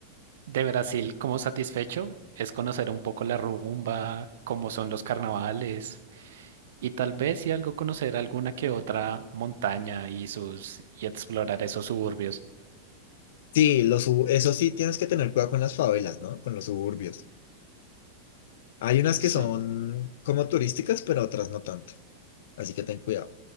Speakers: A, on the right; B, on the left.
A: de Brasil como satisfecho es conocer un poco la rumba, cómo son los carnavales y tal vez si algo conocer alguna que otra montaña y sus y explorar esos suburbios.
B: Sí, los, su- eso sí, tienes que tener cuidado con las favelas, ¿no? Con los suburbios. Hay unas que
A: Sí.
B: son como turísticas, pero otras no tanto. Así que ten cuidado.